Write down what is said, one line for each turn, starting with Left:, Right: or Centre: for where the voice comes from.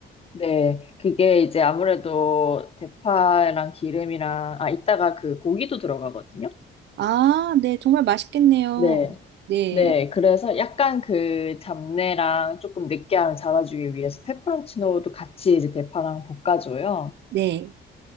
Left: 네, 그게 이제 아무래도 대파랑 기름이랑 아 이따가 그 고기도 들어가거든요.
Right: 아, 네. 정말 맛있겠네요.
Left: 네,
Right: 네.
Left: 네, 그래서 약간 그 잡내랑 조금 느끼함을 잡아주기 위해서 페퍼론치노도 같이 이제 대파랑 볶아줘요.
Right: 네.